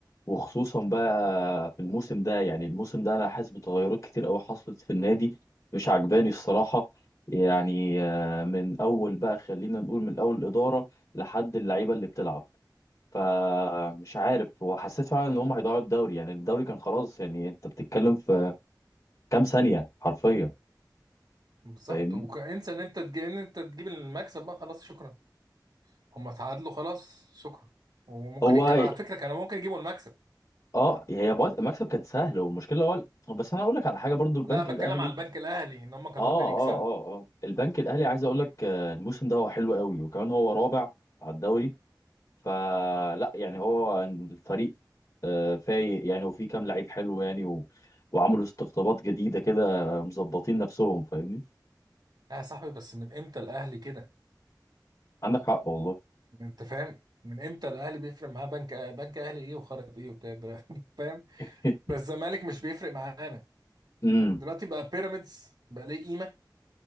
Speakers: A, on the left; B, on the right.
A: وخصوصا بقى في الموسم ده يعني الموسم ده انا حاسس بتغيرات كتير قوي حصلت في النادي مش عجباني الصراحه يعني آه، من اول بقى خلينا نقول من اول الاداره لحد اللعيبه اللي بتلعب فمش عارف وحسيت فعلا ان هم هيضيعوا الدوري يعني الدوري كان خلاص يعني انت بتتكلم في كام ثانيه حرفيا
B: بالظبط
A: فاهمني
B: وانسى ان انت تجيب ان انت تجيب المكسب بقى خلاص شكرا هم تعادلوا خلاص شكرا وممكن
A: هو
B: يكون على فكره كانوا ممكن يجيبوا المكسب
A: اه هي مكسب كان سهل والمشكله هو بس انا اقول لك على حاجه برضو البنك
B: لا بتكلم
A: الاهلي
B: على البنك الاهلي ان هم كان
A: اه
B: ممكن
A: اه
B: يكسبوا
A: اه اه البنك الاهلي عايز اقول لك آه، الموسم ده هو حلو قوي وكمان هو رابع على الدوري فلا يعني هو الفريق آه، فايق يعني وفي كام لعيب حلو يعني و... وعملوا استقطابات جديده كده مظبطين نفسهم فاهمني
B: لا يا صاحبي بس من امتى الاهلي كده
A: عندك حق والله
B: انت فاهم من امتى الاهلي بيفرق معاه بنك بنك اهلي ايه وخرط ايه وبتاع ده <laughs> فاهم
A: <laughs>
B: ده الزمالك مش بيفرق معانا
A: امم
B: دلوقتي بقى بيراميدز بقى ليه قيمه